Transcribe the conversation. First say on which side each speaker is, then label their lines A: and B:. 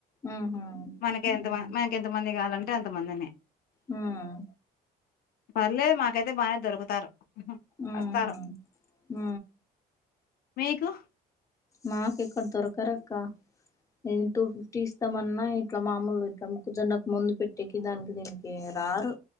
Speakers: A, on the left (about 20°); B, on the left (about 60°).
A: ఉహు
B: మనకి ఎంత
A: ఉమ్
B: మ మనకి ఎంత మంది కావాలంటే ఎంతమందిని
A: ఉమ్
B: పర్లేదు మాకైతే బాగానే దొరుకుతారు
A: ఉహు
B: వస్తారు
A: ఉ
B: మీకు
A: మాకు ఇక్కడ దొరకర్ అక్క నేను టూ ఫిఫ్టీ ఇస్తామన్నా ఇట్లా మామూలు ఇట్లా మొక్కజొన్నకు ముందు పెట్టేకి దానికి దీనికి రారు